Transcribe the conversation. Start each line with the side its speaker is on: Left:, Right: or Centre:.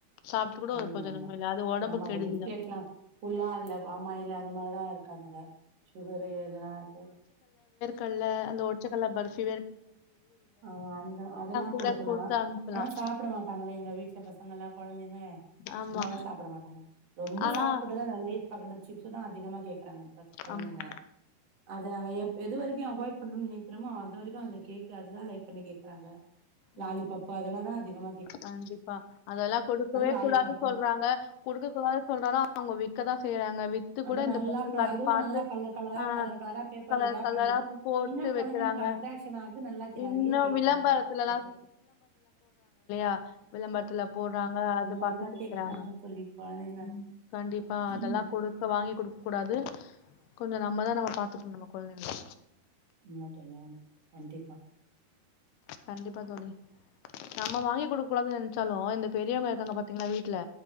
Left: சாப்ட்டு கூட
Right: ஆமா
Left: ஒரு ப்ரோஜனமு
Right: ஆமா
Left: இல்ல அது ஒடம்புக்கு
Right: ஆமா அந்த
Left: கெடுதிதா
Right: பிஸ்கெட்ல்லா புல்லா அதுல பாமாயிலு அந்த மாரிதா இருக்காதுங்க சுகரு இதல்லா இருக்கு
Left: கல்ல அந்த ஓட்சக்கல்ல பர்பி
Right: ஆ அந்த அதெல்லாம்
Left: கூட
Right: கொடுக்கலாம்
Left: குடுத்து அனுப்பலாம்.
Right: ஆனா சாப்ட மாட்டாங்களே எங்க வீட்ல பசங்கலாம் கொலந்தைங்க
Left: ஆமா.
Right: சும்மாவே சாப்ட மாட்டாங்க ரொம்ப
Left: ஆனா
Right: சாப்படதான் நான் லேட் பகடன் சிப்ஸ் தான் அதிகமா கேக்குறாங்க பா கொலந்தைங்க
Left: ஆமா.
Right: அது அங்க எப் எது வரைக்கும் அவாய்ட் பண்ணும்னு நெக்கிறோமோ அது வரைக்கும் அந்த கேக்காதுதான் லைக் பண்ணி கேக்குறாங்க லாலிபப்பு
Left: ம்.
Right: அதுல்லா தான் அதிகம்
Left: கண்டிப்பா அதெல்லாம் கொடுக்கவே
Right: லாலிபாப்
Left: கூடாதுனு
Right: தா
Left: சொல்றாங்க குடுக்க கூடாது சொல்றாலும் அவங்க விக்கதான் செய்றாங்க வித்து
Right: அது
Left: கூட
Right: நல்லா
Left: இந்த பசங்க
Right: க
Left: அத
Right: அதுவும்
Left: பாத்து
Right: நல்லா கலர் கலரா
Left: ஆ
Right: கலர் கலரா பேப்பர்ல
Left: கலர்
Right: ரேப்
Left: கலரா
Right: பண்ணிகூட அது
Left: போட்டு
Right: இன்னும் கொழந்தஙகளுக்கு
Left: வைக்கிறாங்க.
Right: அட்ராக்க்ஷன் ஆகுது நல்லாக்கிறாரு
Left: இன்னும்
Right: ஈ கேக்குறாங்க
Left: விளம்பரத்துலலாம்
Right: சாப்பறதுக்
Left: ஆ விளம்பரத்துல போட்றாங்க அது
Right: மாரிதா
Left: பாத்து கேக்கறாங்க
Right: கேக்குறாங்க தோழி கொழந்தைங்க
Left: ம் கண்டிப்பா அதெல்லாம்
Right: ம்
Left: கொடுக்க வாங்கி கொடுக்க கூடாது கொஞ்சம் நம்மதான் நம்ம பாத்துக்கணும் நம்ம கொழந்தைகள
Right: ஆமா தோழி ஆமா கண்டிப்பா
Left: கண்டிப்பா தோழி நம்ம வாங்கி குடுக்க கூடாதுனு நெனச்சாலும் இந்த பெரியவங்க இருக்காங்க பாத்தீங்களா வீட்ல